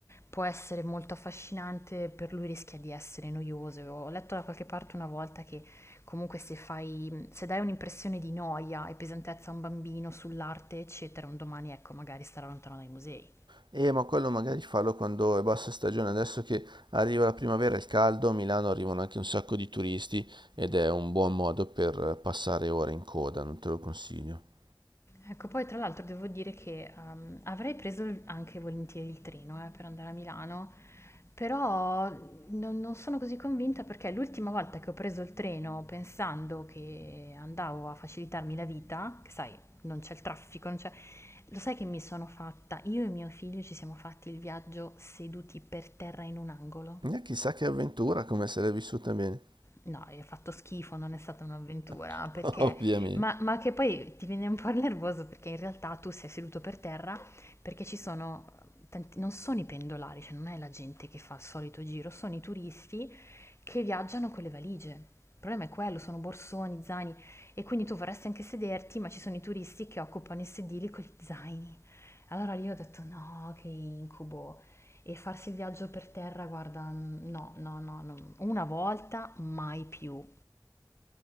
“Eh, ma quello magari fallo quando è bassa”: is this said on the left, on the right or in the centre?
Right